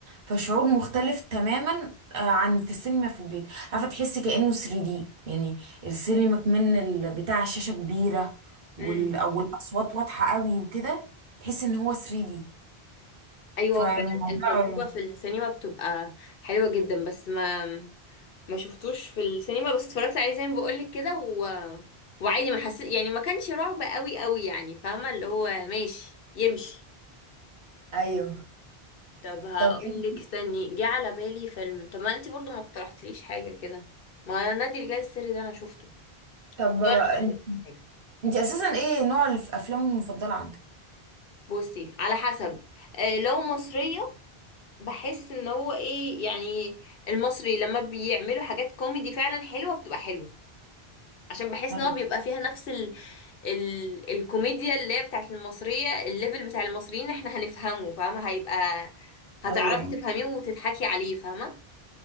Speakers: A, on the right; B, on the left.
A: فشعور مختلف تماما آه، عن في السينما في البيت عارفه تحسي كانه 3D يعني السينما كمان ال- بتاع الشاشه كبيره وال...
B: امم
A: او الاصوات واضحه قوي وكده تحس ان هو 3D
B: ايوه
A: فالموضوع
B: هو فعلا التجربه في السينما بتبقى حلوه جدا بس ما ما شفتوش في السينما بس اتفرجت عليه زي ما بقولك كده و... وعادي ما حسيت يعني ما كانش رعب قوي قوي يعني فاهمه اللي هو ماشي يمشي
A: ايوه
B: طب هقولك
A: طب انت
B: استني جه على بالي فيلم طب ما انت برضو ما اقترحتليش حاجه كده ما نادي الرجال السري ده انا شفته
A: طب آه،
B: لو انا
A: انت
B: اقولك حاجه
A: انت اساسا ايه نوع الافلام المفضله عندك
B: بصي على حسب آه لو مصريه بحس ان هو ايه يعني المصري لما بيعملوا حاجات كوميدي فعلا حلوه بتبقى حلوه عشان بحس
A: ايوه
B: ان هو بيبقى فيها نفس ال... ال... الكوميديا اللي هي بتاعت المصرية الليفل بتاع المصريين احنا هنفهمه فاهمة هيبقى هتعرفي
A: ايوه
B: تفهميه وتضحكي عليه فاهمة